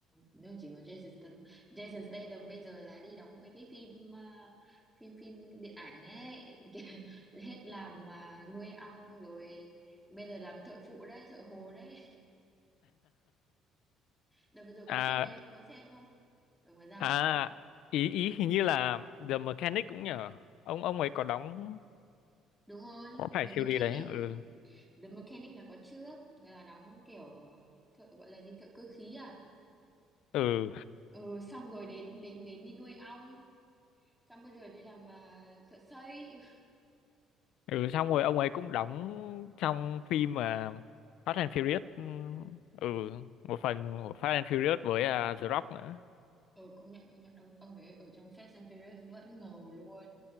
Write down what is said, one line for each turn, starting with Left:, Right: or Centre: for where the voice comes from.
Centre: nếu chỉ có Jason Statham. Jason Statham bây giờ là đi đóng mấy cái phim à, phim phim điện ảnh ấy, <laughs> Kìa, hết làm mà nuôi ong rồi bây giờ làm thợ phụ đấy, thợ hồ đấy. Đợt vừa rồi có
Left: à
Centre: phim đấy em có xem không? Ở ngoài ra
Left: à
Centre: ấy.
Left: ý ý hình như là The Mechanic cũng nhờ ông ông ấy có đóng
Centre: Đúng rồi,
Left: có phải
Centre: The Mechanic.
Left: siêu đi đấy ừ
Centre: The Mechanic là có trước là đóng kiểu à, thợ gọi là gì thợ cơ khí à?
Left: ừ
Centre: Ừ, xong rồi đến đến đến đi nuôi ong xong bây giờ đi làm uh, thợ xây
Left: ừ xong rồi ông ấy cũng đóng trong phim mà Fast and Furious ừ ừ, một phần của Fast and Furious với à, The Rock nữa
Centre: ờ công nhận công nhận ông ông ấy ở trong Fast and Furious vẫn ngầu luôn